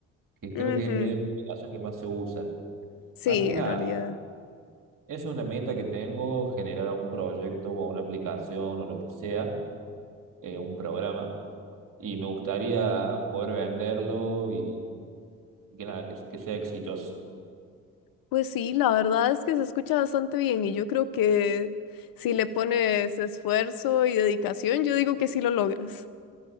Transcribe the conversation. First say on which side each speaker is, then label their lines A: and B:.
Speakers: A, on the right (about 55°); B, on the left (about 60°).
A: que creo
B: Ujú,
A: que es el medio de comunicación que más se usa.
B: Sí,
A: Así que
B: en
A: nada,
B: realidad.
A: eso es una meta que tengo, generar un proyecto o una aplicación o lo que sea, eh, un programa, y me gustaría poder venderlo y, y que nada, que que sea exitoso.
B: Pues sí, la verdad es que se escucha bastante bien y yo creo que si le pones esfuerzo y dedicación, yo digo que sí lo logras.